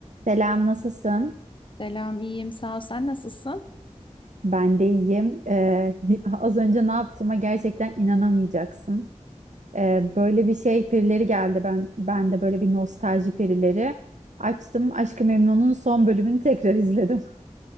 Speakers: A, on the right; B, on the left.
A: Selam, nasılsın?
B: Selam, iyiyim. Sağ ol. Sen nasılsın?
A: Ben de iyiyim. Ee, <laughs> az önce ne yaptığıma gerçekten inanamayacaksın. Ee, böyle bir şey perileri geldi. Ben ben de böyle bir nostalji perileri açtım. Aşk-ı Memnu'nun son bölümünü tekrar izledim.